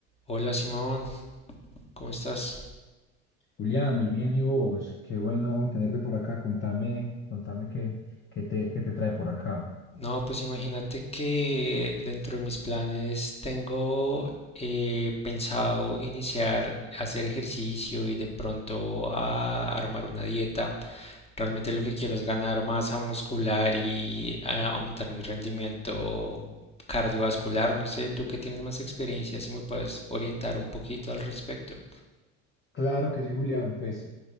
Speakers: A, on the left; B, on the left.
A: Hola Simón, ¿cómo estás?
B: Julián, muy bien, ¿y vos? Qué bueno tenerte por acá. Contame, contame qué, qué te, qué te trae por acá.
A: No, pues imagínate que dentro de mis planes tengo eh, pensado iniciar a hacer ejercicio y de pronto a armar una dieta. Realmente lo que quiero es ganar masa muscular y eh, aumentar mi rendimiento cardiovascular. No sé, tú que tienes más experiencia, si me puedes orientar un poquito al respecto.
B: Claro que sí, Julián. Pues